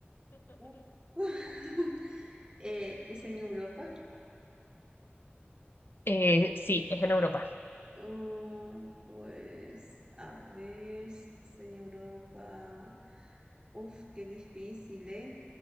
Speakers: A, on the right; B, on the left.
A: Uf. <laughs> Eh, ¿es en Europa?
B: Eh, sí, es en Europa.
A: Ah, pues a ver si es en Europa. Uf, qué difícil, ¿eh?